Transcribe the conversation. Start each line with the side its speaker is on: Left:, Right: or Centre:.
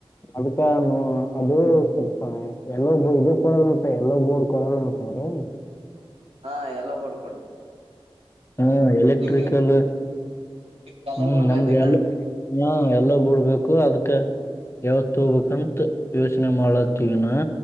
Left: ಅದಕ್ಕಾನೂ ಅದು ಸ್ವಲ್ಪ ಎಲ್ಲೋ ಇದು ಕೊಡಲ್ಲ ಎಲ್ಲೋ ಬೋರ್ಡ್ ಕೊಡಲ್ಲ ಅಂತ ಅವ್ರು
Right: ಹಾ ಎಲ್ಲೋ ಬೋರ್ಡ್
Left: ಹ್ಮ್ ಎಲೆಕ್ಟ್ರಿಕಲ್
Right: ನಿಮ್ಗೆ ನಿಮ್ಗೆ ಎಲ್ಲ
Left: ಹ್ಮ್
Right: ಬೋರ್ಡ್
Left: ನಮ್ಗೆ
Right: ಬೇಕನಾ
Left: ಅ ಹಾ ಎಲ್ಲೋ ಬೋರ್ಡ್ ಬೇಕು ಅದ್ಕ ಯಾವತ್ತು ಹೋಗ್ಬೇಕಂತ ಯೋಚನೆ ಮಾಡ್ಲತ್ತೀವಿ ಹಿನಾ